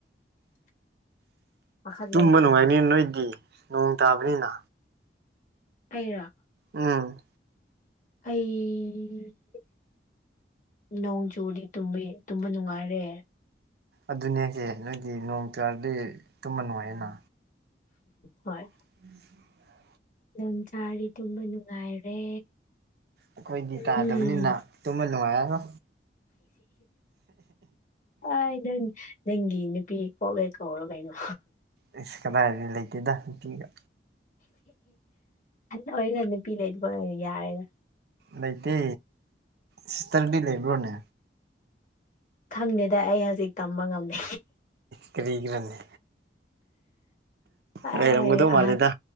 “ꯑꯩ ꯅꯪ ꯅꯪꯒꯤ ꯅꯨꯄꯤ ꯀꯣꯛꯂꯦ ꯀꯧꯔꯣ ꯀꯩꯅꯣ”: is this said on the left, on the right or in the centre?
Left